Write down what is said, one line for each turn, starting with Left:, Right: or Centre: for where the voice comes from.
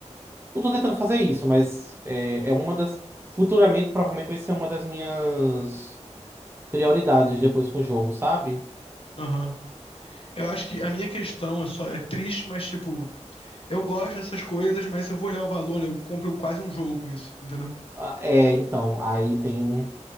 Right: Não tô tentando fazer isso, mas é, é uma das. Futuramente, provavelmente vai ser uma das minhas prioridades depois com o jogo, sabe?
Left: Aham. Eu acho que a minha questão é só, é triste, mas, tipo, eu gosto dessas coisas, mas se eu vou olhar o valor, eu compro quase um jogo com isso, entendeu?
Right: Ah, É, então, aí tem.